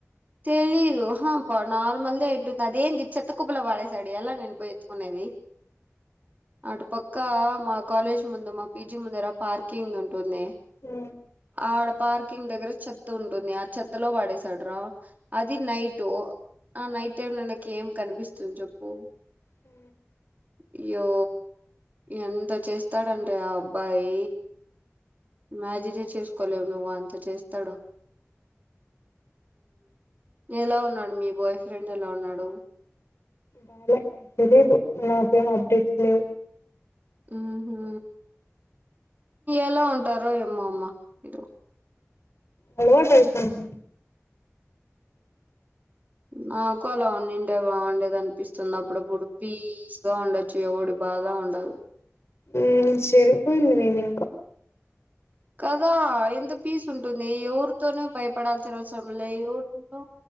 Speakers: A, on the right; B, on the left.
A: తెలిదు హ బ నార్మల్ దే ఐటుం అదేంది చెత్త కుప్పులో పడేశాడు ఎలా నేను పోయి ఎత్తుకునేది అటు పక్క మా కాలేజ్ ముందు మా పీజీ ముందరా పార్కింగ్ది ఉంటుంది
B: ఉ
A: ఆడ పార్కింగ్ దగ్గర చెత్త ఉంటుంది ఆ చెత్తలో పడేసాడు రా అది నైటు ఆ నైట్ టైం లో నాకి ఏం కనిపిస్తుంది చెప్పు
B: అ
A: అయ్యో ఎంత చేస్తాడంటే ఆ అబ్బాయి ఇమ్యాజినే చేసుకోలేవు నువ్వు అంత చేస్తాడు ఎలా ఉన్నాడు మీ బాయ్ ఫ్రెండ్ ఎలా ఉన్నాడు
B: బాలే తెలీదు నాకేం అప్డేట్స్ లేవు
A: ఆహా ఎలా ఉంటారో ఏమ్మో అమ్మ మీరు
B: అలవాటైపోయింది
A: నాకు అలా ఉండి ఉంటే బాగుండేదని పిస్తుంది అప్పుడప్పుడు పీస్ గా ఉండొచ్చు ఎవడి బాధ ఉండదు
B: ఉమ్ సరిపోయింది నేను ఇంకా
A: కదా ఎంత పీస్ ఉంటుంది ఎవరితోనే భయపడాల్సిన అవసరం లే ఎవరితో